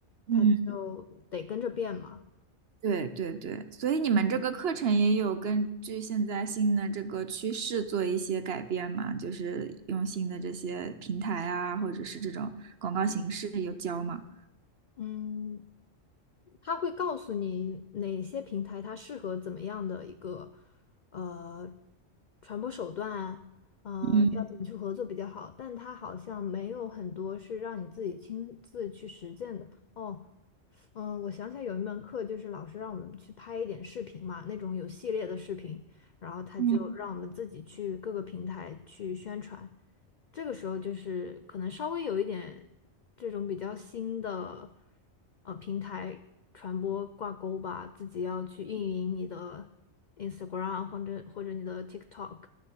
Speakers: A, on the right; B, on the left.
A: 嗯。
B: 它就得跟着变嘛。
A: 对对对，所以你们这个课程也有根据现在新的这个趋势做一些改变嘛？就是用新的这些平台啊，或者是这种广告形式有教吗？
B: 嗯，它会告诉你哪些平台它适合怎么样的一个呃传播手段啊，呃，
A: 嗯
B: 要怎么去合作比较好。但它好像没有很多是让你自己亲自去实践的。哦，嗯，我想起来有一门课，就是老师让我们去拍一点视频嘛，那种有系列的视频，然后他就让我们自己去各个平台去宣传。
A: 嗯
B: 这个时候就是可能稍微有一点这种比较新的呃平台传播挂钩吧，自己要去运营你的 Instagram 或者或者你的 TikTok，